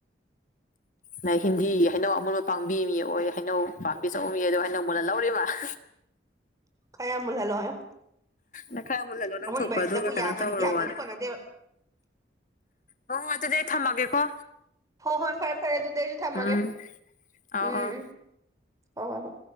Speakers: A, on the left; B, on the right.
A: ꯅ ꯍꯤꯟꯗꯤꯒꯤ ꯍꯩꯅꯧ ꯑꯃꯨꯟꯕ ꯄꯥꯝꯕꯤ ꯑꯃ ꯌꯦꯛꯑꯣꯌꯦ ꯍꯩꯅꯧ ꯄꯥꯝꯕꯤ ꯆꯧꯕ ꯃꯤ ꯑꯗꯣ ꯍꯩꯅꯧ ꯃꯨꯟꯅ ꯂꯧꯔꯤꯃ <unintelligible>
B: ꯈꯥ ꯌꯥꯝ ꯃꯨꯟꯍꯟꯂꯣ ꯍꯥꯏꯌꯣ
A: ꯅꯪ ꯈꯔ ꯃꯨꯜꯍꯜꯂꯣ ꯅꯪ
B: ꯑꯃꯨꯟꯕ
A: ꯊꯣꯛꯄ
B: ꯍꯥꯏꯁꯤꯗꯕꯨ
A: ꯑꯗꯨꯒ ꯀꯩꯅꯣ
B: ꯌꯥꯝꯃꯗꯤ
A: ꯇꯧꯍꯔꯣꯅ
B: ꯌꯥꯝꯗ꯭ꯔꯗꯤ ꯀꯣꯟꯅꯗꯦꯕ
A: ꯍꯣ ꯑꯗꯨꯗꯤ ꯑꯩ ꯊꯝꯃꯒꯦꯀꯣ
B: ꯍꯣꯏ ꯍꯣꯏ ꯐꯔꯦ ꯐꯔꯦ ꯑꯗꯨꯗꯤ ꯑꯩꯁꯨ ꯊꯝꯃꯒꯦ
A: ꯎꯝ ꯑꯧ
B: ꯎꯝ
A: ꯑꯧ
B: ꯍꯣꯏ ꯍꯣꯏ ꯍꯣꯏ